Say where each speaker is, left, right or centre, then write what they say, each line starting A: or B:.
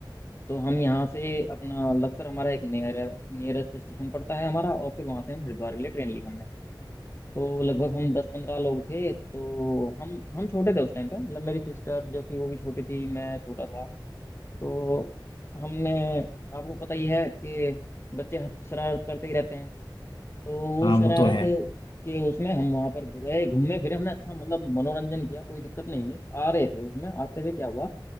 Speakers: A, on the left (about 30°); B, on the left (about 75°).
A: तो हम यहाँ से अपना लक्सर हमारा एक नियर नियरेस्ट स्टेशन पड़ता है हमारा और फिर वहां से हम हरिद्वार के लिए ट्रेन ली हमने तो लगभग हम दस पंद्रह लोग थे तो हम हम छोटे थे उस टाइम पे मतलब मेरी सिस्टर जो थी वो भी छोटी थी मैं छोटा था तो हमने आपको पता ही है कि बच्चे शरारत करते ही रहते हैं तो वो
B: हाँ
A: शरारत
B: वो तो है
A: के उसमें हम वहां पर गए घूमे फिरे हमने अच्छा मतलब मनोरंजन किया कोई दिक्कत नहीं हुई आ रहे थे उसमें आते हुए क्या हुआ